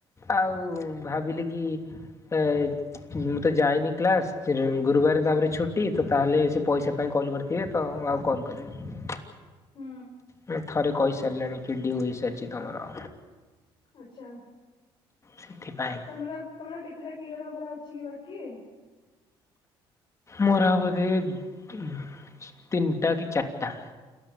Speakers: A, on the left; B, on the left.
A: ଆଉ ଭାବିଲି କି ଏ ମୁଁ ତ ଯାଇନି କ୍ଲାସ ସେରୁ ଗୁରୁବାରେ ତାପରେ ଛୁଟି ତ ତାହେଲେ ସେ ପଇସା ପାଇଁ କଲ୍ କରି ଥିବେ ତ ମୁଁ ଆଉ କଲ୍ କଲିିନି।
B: ହୁଁ।
A: ଉଁ ଥରେ କହି ସାରଲେଣି କି ଡିଉ ହୋଇସାରଚି ତମର।
B: ଆଛା।
A: ସେଥିପାଇଁ।
B: ତମର ତମର କେତେଟା କ୍ଲିୟର ହବାର ଅଛି କି ବାକି?
A: ମୋର ଆଉ ବୋଧେ ତିନଟା କି ଚାରିଟା